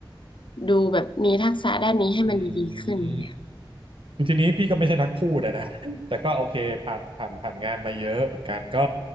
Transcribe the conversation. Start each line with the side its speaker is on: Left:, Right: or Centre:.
Left: ดูแบบมีทักษะด้านนี้ให้มันดีๆขึ้นเนี่ย
Right: อืม คือทีนี้พี่ก็ไม่ใช่นักพูดอะนะ <laughs> แต่ก็โอเคผ่านผ่านผ่านงานมาเยอะเหมือนกันก็